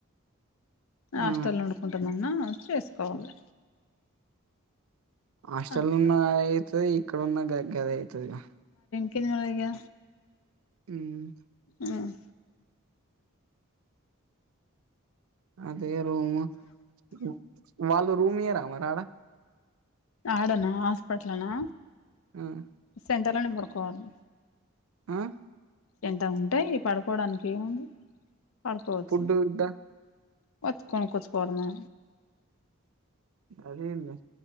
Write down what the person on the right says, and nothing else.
ఆ
హాస్టల్
ఉన్న అయితే ఇక్కడ ఉన్న గ గదే తది గా
ఉహ్మ్
అదే రూమ్. ఉహ్ వాళ్ళు రూమ్ ఇయ్యరా మరా ఆడ
ఉహ్
ఆహ్
ఫుడ్ గిట్ట
అదేంది